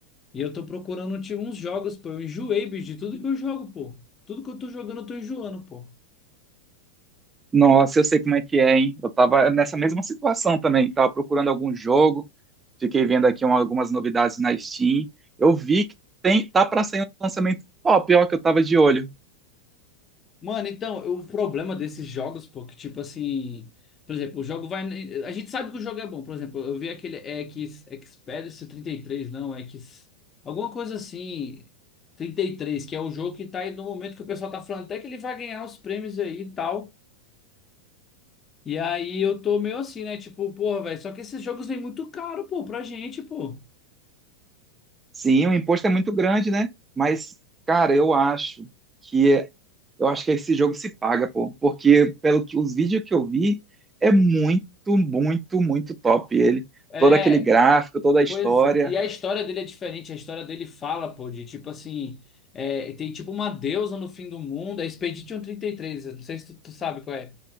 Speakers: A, on the left; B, on the right.
A: E eu tô procurando tipo, uns jogos, pô. Eu enjoei, bicho, de tudo que eu jogo, pô. Tudo que eu tô jogando, eu tô enjoando, pô.
B: Nossa, eu sei como é que é, hein? Eu tava nessa mesma situação também. Tava procurando algum jogo, fiquei vendo aqui uma- algumas novidades na Steam. Eu vi que tem, tá pra sair um lançamento top, ó, que eu tava de olho.
A: Mano, então, o problema desses jogos, pô, que tipo assim, por exemplo, o jogo vai. A gente sabe que o jogo é bom, por exemplo, eu vi aquele X, Expedition trinta e três, não, X. Alguma coisa assim, 33, que é o jogo que tá aí no momento que o pessoal tá falando até que ele vai ganhar os prêmios aí e tal. E aí eu tô meio assim, né? Tipo, porra, velho, só que esses jogos vêm muito caro, pô, pra gente, pô.
B: Sim, o imposto é muito grande, né? Mas, cara, eu acho que é- eu acho que esse jogo se paga, pô. Porque, pelo que os vídeos que eu vi, é muito, muito, muito top ele.
A: É,
B: Todo aquele gráfico, toda a história.
A: Pois é, e a história dele é diferente, a história dele fala, pô, de tipo assim, é, tem tipo uma deusa no fim do mundo, é Expedition 33, eu não sei se tu, tu sabe qual é,